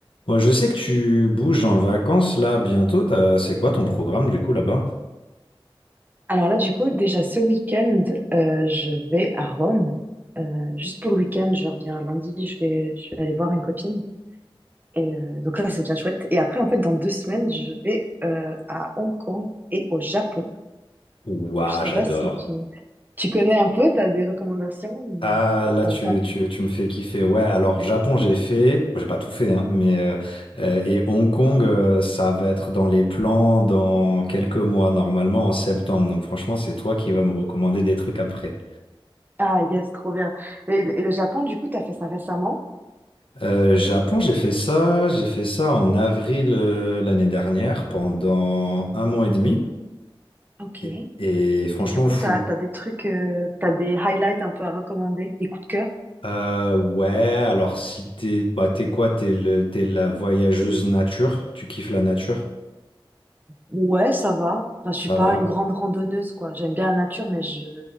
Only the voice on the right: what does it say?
Alors là, du coup, déjà ce week-end, euh, je vais à Rome. Euh, juste pour le week-end, je reviens lundi, je vais, je vais aller voir une copine. Et euh, donc là, c'est bien chouette. Et après, en fait, dans deux semaines, je vais euh, à Hong Kong et au Japon.
Donc, Je sais
pas si tu, tu connais un peu, tu as des recommandations ou
t'en
pas.
Ah, yes, trop bien. Et, et le Japon, du coup, tu as fait ça récemment.
Ok.
Et
du coup,
tu as, des trucs, tu as des highlights un peu à recommander, des coups de cœur.
Ouais, ça va. Enfin, je
suis pas
une grande randonneuse, quoi. J'aime bien la nature, mais je,